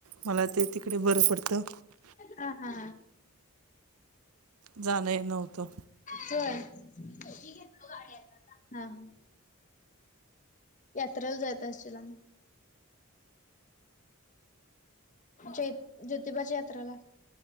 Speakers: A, on the right; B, on the left.
A: मला ते तिकडे बरं पडतं.
B: ह हा.
A: जाणं येणं होतं
B: चळ. हा ह. यात्रा जात असश मग ज ज्योतिबाची यात्राला